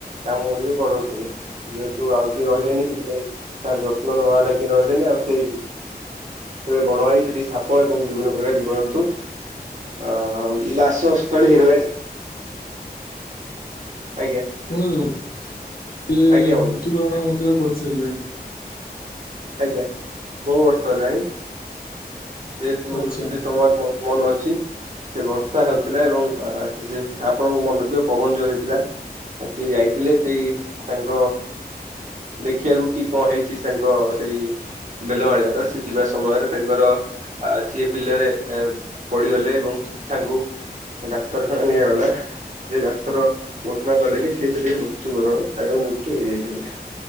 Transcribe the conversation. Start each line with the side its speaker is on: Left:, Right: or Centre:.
Right: କାମ ଗୁଡିକୁ କରଉଥିଲେ ଯେହେତୁ ଆଉ କିଏ ରହିଲେନି ସେଥିପାଇଁ ତାର ଯତ୍ନ ନବା ହେଲା କି ନହିଲଣି ଆଉ ସେଇ ଏବେ ବଣ ହେଇ ସେଠି ସାପ ଏବଂ ବିଭିନ୍ନ ପ୍ରକାର ଜୀବ ଜନ୍ତୁ ଆ ବାସସ୍ଥଳୀ ହେଇଗଲାଣି। ଆଜ୍ଞା
Left: ଶୁଣା ଯାଉନି। ଯେ
Right: ଆଜ୍ଞା
Left: ମୃତ୍ୟୁକରଣ
Right: ବନ୍ଧୁ
Left: ଯଉ କରିସାରିଲେଣି।
Right: ଆଜ୍ଞା ବହୁ ବର୍ଷ ହେଲାଣି ଯେହେତୁ
Left: ଆଚ୍ଛା।
Right: ସେ ସମଜ ମୋ ମନ ଅଛି ସେ ବର୍ଷା ହେଉଥିଲା ଏବଂ ଆକି ଜି ଆପଣଙ୍କ ମନେଥିବ ପବନ ଯୋଉ ହେଇଥିଲା। ଆ ସିଏ ଯାଇଥିଲେ ସେଇ ତାଙ୍କ ଦେଖିବାକୁ କି କଣ ହେଇ ଛି ତାଙ୍କ ସେଇ ବେଲବାଳିଆର ସେ ଯିବା ସମୟରେ ତାଙ୍କର ଆ ସିଏ ବିଲରେ ପଡିଗଲେ ଏବଂ ତାଙ୍କୁ ଡାକ୍ତରଖାନା ନିଆଗଲା। ଯେ ଡାକ୍ତର ଘୋଷଣା କଲେ କି ସେି ସେଥିରେ ମୃତ୍ୟୁବରଣ ତାଙ୍କର ମୃତ୍ୟୁ ହେଇଯାଇଚି ପୁରା।